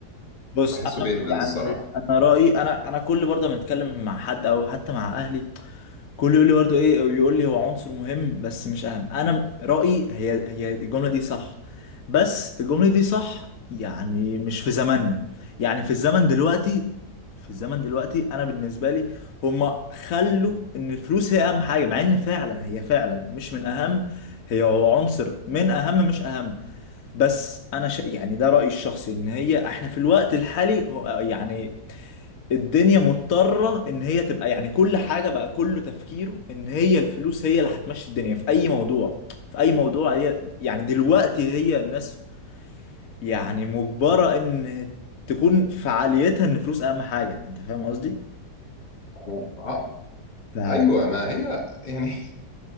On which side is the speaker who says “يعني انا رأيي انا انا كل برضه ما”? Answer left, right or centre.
Left